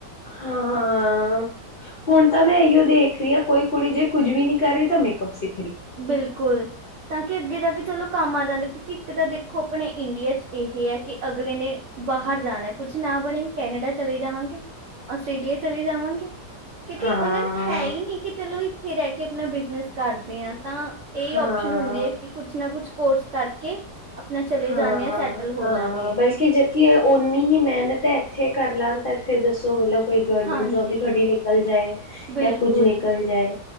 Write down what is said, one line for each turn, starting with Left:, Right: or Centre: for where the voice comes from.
Left: ਹਾਂ, ਹੁਣ ਤਾਂ ਮੈਂ ਏਈਓ ਦੇਖ ਰੀ ਆ ਕੋਈ ਕੁੜੀ ਜੇ ਕੁੱਝ ਵੀ ਨੀ ਕਰ ਰੀ ਤਾਂ ਮੇਕਅਪ ਸਿ
Right: ਬਿਲਕੁੱਲ ਤਾਂ ਕੇ ਅੱਗੇ ਜਾ ਕੇ ਚਲੋ ਕੰਮ ਆ ਜਾਂਦਾ ਕਿਉਂਕਿ ਇੱਕ ਤਾਂ ਦੇ ਖੋ ਆਪਣੇ ਇੰਡੀਆ ਚ ਇਹ ਹੈ ਕਿ ਅਗਲੇ ਨੇ ਬਾਹਰ ਜਾਣਾ ਕੁੱਛ ਨਾ ਬਣੇ ਕੈਨੇਡਾ ਚਲੇ ਜਾਵਾਂਗੇ ਆਸਟ੍ਰੇਲੀਆ ਚਲੇ ਜਾਵਾਂਗੇ। ਕਿਉਂਕਿ
Left: ਹਾਂ,
Right: ਉਨਾਂ ਨੂੰ ਹੈ ਈ ਨੀ ਕਿ ਚਲੋ ਇੱਥੇ ਰਹਿ ਕੇ ਆਪਣਾ ਬਿਜਨਸ ਕਰਦੇ ਆ। ਤਾਂ, ਏ
Left: ਹਾਂ।
Right: ਆਪਸ਼ਨ ਹੁੰਦੀ ਐ ਕੀ ਕੁੱਛ ਨਾ ਕੁੱਛ ਕੋਰਸ ਕਰਕੇ ਆਪਣਾ ਚਲੇ
Left: ਹਾਂ-ਹਾਂ-ਹਾਂ,
Right: ਜਾਂਦੇ ਆ ਸੈਟਲ ਹੋ ਜਾਾਂਗੇ
Left: ਬਲਕੀ ਜਦ ਕਿ ਏ ਓਨੀ ਈ ਮਿਹਨਤ ਐ ਐਥੇ ਕਰ ਲਾਣ ਤਾਂ ਏਥੇ ਦੱਸੋ ਸੋ ਮਤਲਬ ਕੋਈ ਗਵਰਮੈਂਟ
Right: ਹਾਂਜੀ
Left: ਜੋਬ ਵੀ ਤੁਹਾਡੀ ਨਿਕਲ ਜਾਏ
Right: ਬਿਲਕੁਲ
Left: ਜਾਂ ਕੁਝ ਨਿਕਲ ਜਾਏ।